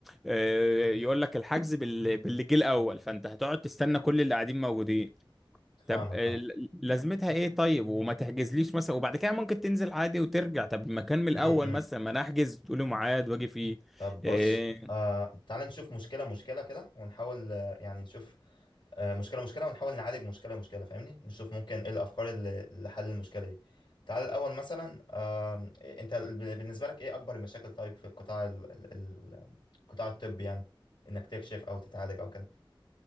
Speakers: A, in the centre; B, on the left (about 60°).
A: آه، يقول لك الحجز بال- باللي جه الاول فانت هتقعد تستنى كل اللي قاعدين موجودين طب
B: فاهمك
A: آه،
B: فاهم
A: ل- لازمتها ايه طيب وما تحجزليش مثلا وبعد كده ممكن تنزل عادي وترجع طب ما كان من الاول
B: م- م.
A: مثلا ما انا احجز تقولي ميعاد واجي فيه
B: طب بص
A: آه،
B: آه تعال نشوف مشكلة مشكلة كده ونحاول آه يعني نشوف آه مشكلة مشكلة ونحاول نعالج مشكلة مشكلة فاهمني نشوف ممكن ايه الأفكار اللي لحل المشكلة دي تعال الأول مثلا آه انت ب- بالنسبة لك ايه أكبر المشاكل طيب في القطاع ال ال ال- القطاع الطبي يعني انك تكشف او تتعالج او كده